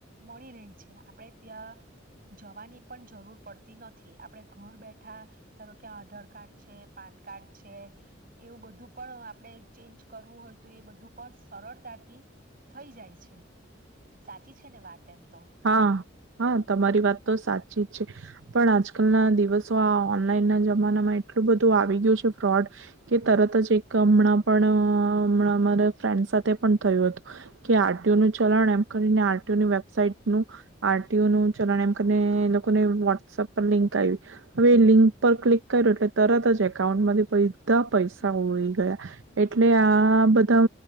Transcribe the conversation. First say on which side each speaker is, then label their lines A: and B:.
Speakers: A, on the right (about 50°); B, on the right (about 75°).
A: મળી રહી છે આપણેે ત્યાં જવાની પણ જરૂર પડતી નથી આપણે ઘર બેઠા, ધારો કે આધાર કાર્ડ છે, પાન કાર્ડ છે, એવું બધું પણ આપણે ચેન્જ કરવું હોય તો એ બધું પણ સરળતાથી, થઈ જાય છે, સાચી છે ને વાત એમ. તો
B: હા, અ હા તમારી વાત તો સાચી જ છે, પણ આજ કલ ના દિવસો આ ઓનલાઈન ના જમાનામાં એટલું બધું આવી ગયું છે ફ્રોડ, કે તરત જ એક હમણાં પણ અ અમણાં અમારા અમારા ફ્રેન્ડ સાથે પણ થયું હતું, કે આર ટી ઓ નું ચલણ એમ કરીને આ રટી ઓની વેબસા નું આરટ ટી ઓ નું ચલણ એમ કરીને એ લોકોને વોટ્સઅપ પર લિંક આવી, હવે એ લિંક પર ક્લિક કર્યું એટલે તરત જ એકાઉન્ટ માંથી બૈધા પૈસા ઉળી ગયા, એટલે આ બધા